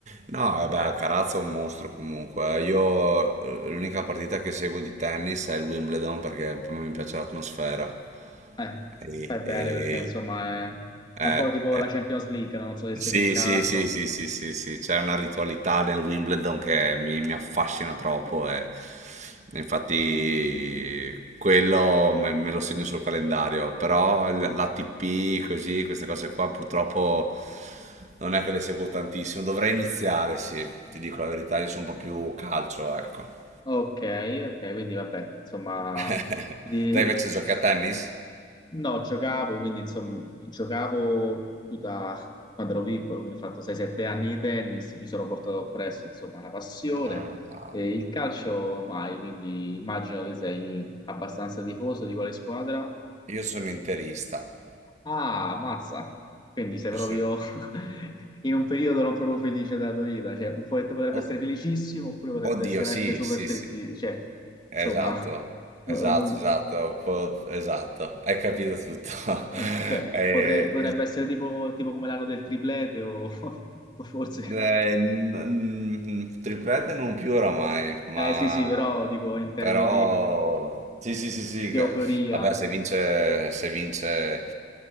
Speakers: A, on the right; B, on the left.
A: No, vabbè, Carazza è un mostro comunque. Io eh, l'unica partita che seguo di tennis è il Wimbledon perché mi piace l'atmosfera.
B: Eh,
A: E,
B: fai bene
A: e-
B: perché insomma è,
A: eh,
B: è un po' tipo
A: eh.
B: la Champions League, no? non so se segui
A: Sì,
B: il calcio.
A: sì, sì, sì, sì, sì, sì, c'è una ritualità nel Wimbledon che mi, mi affascina troppo e e infatti quello me, me lo segno sul calendario, però l- l'ATP così, queste cose qua purtroppo non è che le seguo tantissimo, dovrei iniziare, sì, ti dico la verità, io sono un po' più calcio, ecco.
B: Ok, ok, quindi vabbè, insomma,
A: <laughs>
B: di-
A: Te
B: <laughs>
A: invece giochi a tennis?
B: No, giocavo, quindi insomma, giocavo tutta- quando ero piccolo, quindi ho fatto 6-7 anni di tennis, mi sono portato presso, insomma, una passione.
A: Ah,
B: E il calcio mai, quindi immagino che sei abbastanza tifoso di quale squadra?
A: io sono interista.
B: Ah, mazza! Quindi sei proprio
A: Io sono-
B: <laughs> in un periodo non proprio felice della tua vita, cioè un po' potrebbe
A: od-
B: essere felicissimo oppure potrebbe
A: Oddio,
B: essere
A: sì,
B: anche super
A: sì,
B: tristi,
A: sì.
B: cioè,
A: Esatto,
B: insomma, <laughs> no-
A: esatto,
B: non,
A: esatto, un po' esatto, hai capito tutto. <laughs>
B: Eh, cioè,
A: Eh,
B: potre- potrebbe
A: il-
B: essere tipo, tipo come l'anno del triplete o, <laughs> o forse...
A: Eh, n- n- triplette non più oramai, ma
B: Eh sì, sì, però dico in termini
A: però
B: di,
A: sì, sì, sì, sì.
B: di
A: che-
B: euforia.
A: Vabbè, se vince, se vince